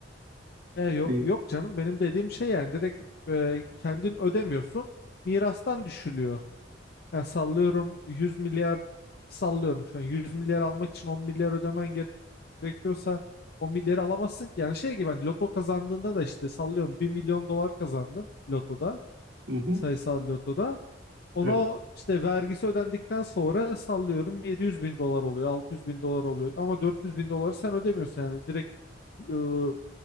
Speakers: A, on the left (about 55°); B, on the right (about 65°).
A: E, yo-
B: şeyi.
A: yok canım benim dediğim şey yani direkt e, kendin ödemiyorsun mirastan düşülüyor. Yani sallıyorum 100 milyar sallıyorum şu an 100 milyar almak için 10 milyar ödemen gere- gerekiyorsa 10 milyarı alamazsın ki. Yani şey gibi hani loto kazandığında da işte sallıyorum bir milyon dolar kazandın lotoda
B: Hı hı.
A: sayısal lotoda. Ona
B: Evet.
A: işte vergisi ödendikten sonra sallıyorum 700 bin dolar oluyor 600 bin dolar oluyor ama 400 bin doları sen ödemiyorsun yani direkt ıı,